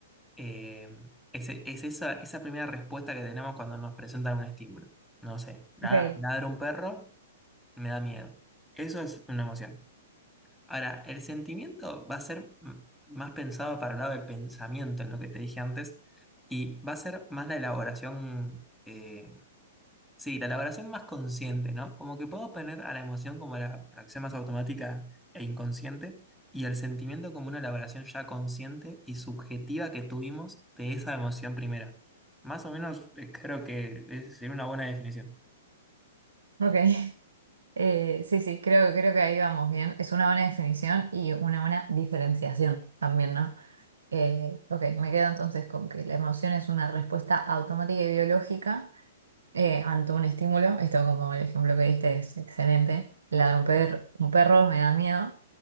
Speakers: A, in the centre; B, on the right (about 90°).
A: Eh, es, es esa, esa primera respuesta que tenemos cuando nos presentan un estímulo. No sé, la-
B: Ok,
A: ladra un perro, me da miedo. Eso es una emoción. Ahora, el sentimiento va a ser mm, más pensado para el lado del pensamiento, en lo que te dije antes, y va a ser más la elaboración. eh, Sí, la elaboración más consciente, ¿no? Como que puedo poner a la emoción como la reacción más automática e inconsciente y el sentimiento como una elaboración ya consciente y subjetiva que tuvimos de esa emoción primera. Más o menos eh, creo que es- sería una buena definición.
B: ok. <laughs> Eh, sí, sí, creo, creo que ahí vamos bien. Es una buena definición y una buena diferenciación también, ¿no? Eh, ok, me quedo entonces con que la emoción es una respuesta automática y biológica eh, ante un estímulo. Esto como el ejemplo que diste es excelente. Ladra un perro, un perro me da miedo.